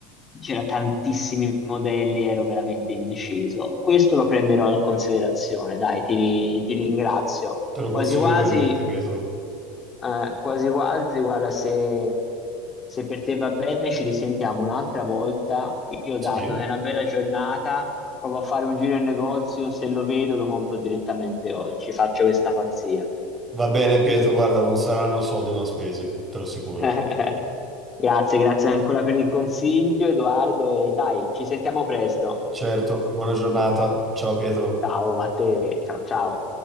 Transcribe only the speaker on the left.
c'era tantissimi modelli, ero veramente indeciso. Questo lo prenderò in considerazione, dai, ti, ri- ti ringrazio.
Quasi
quasi
eh, quasi quasi, guarda, se, se per te va bene ci risentiamo un'altra volta. Io
dato che è una bella giornata, provo a fare un giro in negozio, se lo vedo lo compro direttamente oggi, faccio questa pazzia.
<laughs> Grazie, grazie ancora per il consiglio, Edoardo, e dai, ci sentiamo presto.
Ciao a te, ciao ciao.